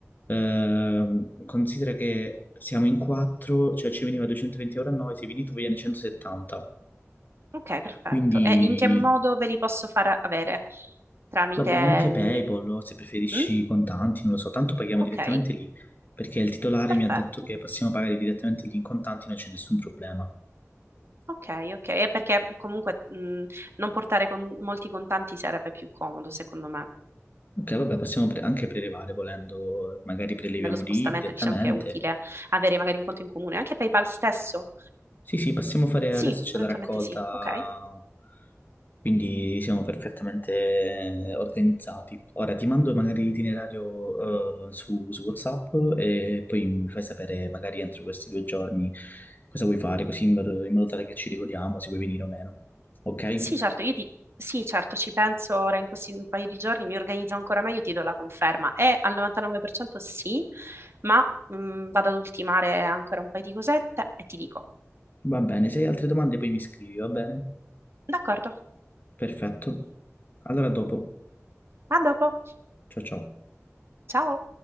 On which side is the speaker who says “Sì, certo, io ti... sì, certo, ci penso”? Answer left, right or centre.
Right